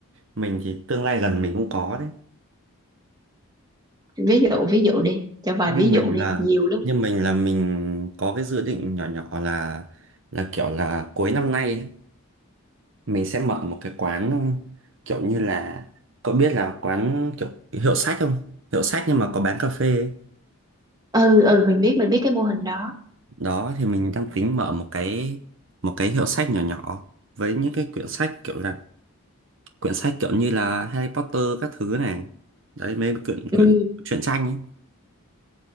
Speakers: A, on the right; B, on the right.
A: mình thì tương lai gần mình cũng có đấy.
B: ví dụ ví dụ đi cho vài
A: Nhưng
B: ví
A: mình
B: dụ đi
A: là
B: nhiều lắm
A: nhưng mình là mình có cái dự định nhỏ nhỏ là là kiểu là cuối năm nay ấy, mình sẽ mở một cái quán kiểu như là cậu biết là quán kiểu hiệu sách không hiệu sách nhưng mà có bán cà phê ấy.
B: ừ ừ mình biết mình biết cái mô hình đó
A: đó thì mình đang tính mở một cái một cái hiệu sách nhỏ nhỏ với những cái quyển sách kiểu là quyển sách kiểu như là Harry Potter các thứ này đấy mấy quyển quyển
B: ừ
A: truyện tranh ấy